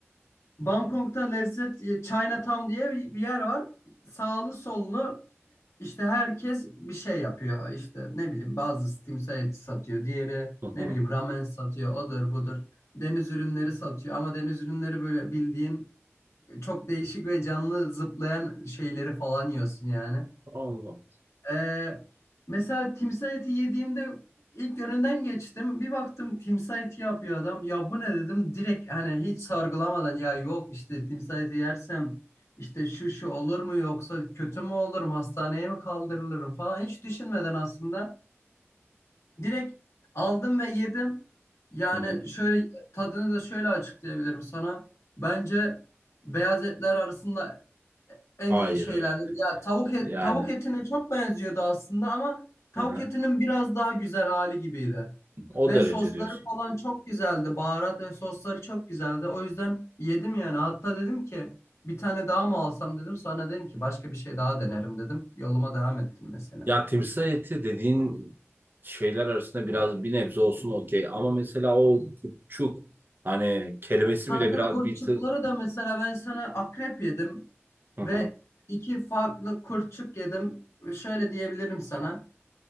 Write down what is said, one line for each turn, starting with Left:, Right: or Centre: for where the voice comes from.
Left: Bangkok'ta lezzet Chinatown diye bir bir yer var. Sağlı sollu İşte herkes bir şey yapıyor. İşte ne bileyim bazı timsah eti satıyor. Diğeri
Right: Hı hı.
Left: ne bileyim ramen satıyor. Odur budur. Deniz ürünleri satıyor. Ama deniz ürünleri böyle bildiğin çok değişik ve canlı zıplayan şeyleri falan yiyorsun yani.
Right: Allah.
Left: Ee, mesela timsah eti yediğimde ilk yönünden geçtim. Bir baktım timsah eti yapıyor adam. Ya bu ne dedim. Direkt hani hiç sorgulamadan ya yok işte timsah eti yersem işte şu şu olur mu yoksa kötü mü olurum hastaneye mi kaldırılırım falan hiç düşünmeden aslında direkt aldım ve yedim. Yani
Right: Hı hı.
Left: şöyle tadını da şöyle açıklayabilirim sana. Bence beyaz etler arasında en
Right: Hayır.
Left: iyi şeylerden. Ya tavuk et,
Right: Yani.
Left: tavuk etine çok benziyordu aslında ama tavuk
Right: Hı hı.
Left: etinin biraz daha güzel hali gibiydi.
Right: O
Left: Ve
Right: derece
Left: sosları
Right: diyorsun.
Left: falan çok güzeldi. Baharat ve sosları çok güzeldi. O yüzden yedim yani. Hatta dedim ki bir tane daha mı alsam dedim. Sonra dedim ki başka bir şey daha denerim dedim. Yoluma devam ettim mesela.
Right: Ya timsah eti dediğin şeyler arasında biraz bir nebze olsun okey. Ama mesela o kurtçuk hani kelimesi
Left: Kanka
Right: bile biraz
Left: kurtçukları
Right: bir tık.
Left: da mesela ben sana akrep yedim
Right: Hı
Left: ve
Right: hı.
Left: iki farklı kurtçuk yedim. Şöyle diyebilirim sana.